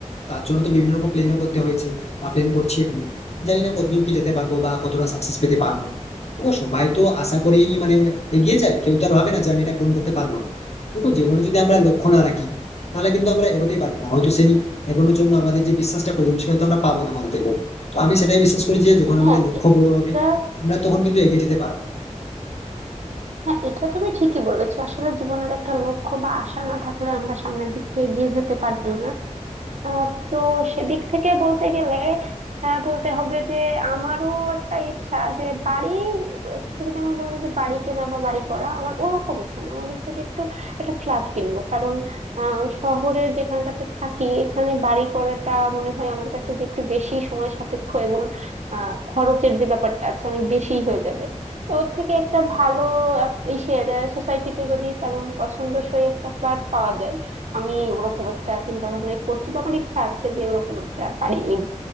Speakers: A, on the left; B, on the right.
A: তার জন্য তো বিভিন্ন রকম প্ল্যানও করতে হয়েছে বা প্ল্যান করছি এখন জানি না কতদূর কি যেতে পারবো বা কতটা সাকসেস পেতে পারবো ও সবাই তো আশা করেই মানে এগিয়ে যায় কেউ তো আর ভাবে না যে আমি এটা পূরণ করতে পারবো না কিন্তু জীবনে যদি আমরা লক্ষ্য না রাখি তাহলে কিন্তু আমরা এগোতেই পারবো না হয়তো সেই এগোনোর জন্য আমাদের যে বিশ্বাসটা প্রয়োজন সেটা তো আমরা পাবো না হয়তো তো আমি সেটাই বিশ্বাস করি যে যখন
B: হ্যাঁ
A: আমাদের লক্ষ্য
B: এটা
A: বড় হবে আমরা তখন কিন্তু এগিয়ে যেতে পারবো
B: হ্যাঁ এটা তুমি ঠিকই বলেছো আসলে জীবনের একটা লক্ষ্য বা আশা না থাকলে আমরা সামনের দিকে এগিয়ে যেতে পারি না আহ, তো সেদিক থেকে বলতে গেলে আহ, বলতে হবে যে আমারও একটা ইচ্ছা যে বাড়ি আহ, তুমি যেমন বললে যে বাড়ি কেনা বা বাড়ি করা আমার ওরকম ইচ্ছা না আমার ইচ্ছা যে একটু একটা ফ্ল্যাট কিনবো কারণ আহ, শহরে যেখানটাতে থাকি এখানে বাড়ি করাটা মনে হয় আমার কাছে যে একটু বেশি সময় সাপেক্ষ এবং আহ খরচের যে ব্যাপারটা আছে অনেক বেশি হয়ে যাবে তো ওর থেকে একটা ভালো আহ, ইসের সোসাইটিতে যদি তেমন পছন্দসই একটা ফ্ল্যাট পাওয়া যায় আমি ওরকম একটা চিন্তা ভাবনাই করছি বা আমার ইচ্ছা আছে যে ওরকম একটা বাড়ি নিব